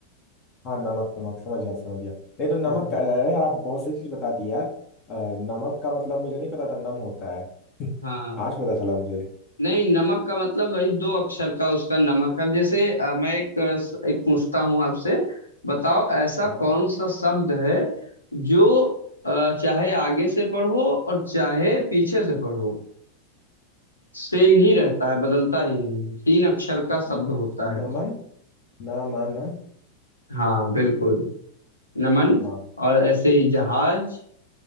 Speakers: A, on the left; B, on the left.
A: हाँ नमक नमक समझ गया समझ गया नहीं तो नमक
B: तो वही
A: का अरे यार आप बहुत सही चीज बता दी यार अ, नमक का मतलब मुझे नहीं पता था नम होता है
B: हाँ
A: <laughs> आज पता चला मुझे
B: नहीं नमक का मतलब वही दो अक्षर का उसका नमक है अब जैसे अ, मैं एक अ, एक पूछता हूँ आपसे बताओ ऐसा
A: हाँ
B: कौन सा शब्द है जो अ, चाहे आगे से पढ़ो और चाहे पीछे से पढ़ो सेम ही रहता है बदलता ही नहीं है। तीन अक्षर
A: अ,
B: का शब्द
A: नम
B: होता
A: नमन
B: है
A: नमन
B: हाँ बिल्कुल नमन
A: हाँ
B: और ऐसे ही जहाज